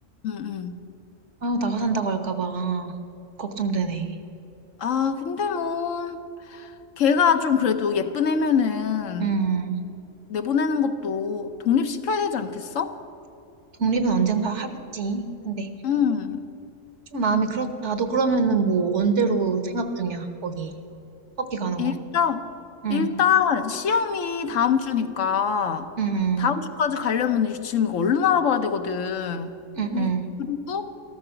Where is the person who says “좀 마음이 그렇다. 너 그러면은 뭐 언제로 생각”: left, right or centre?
Right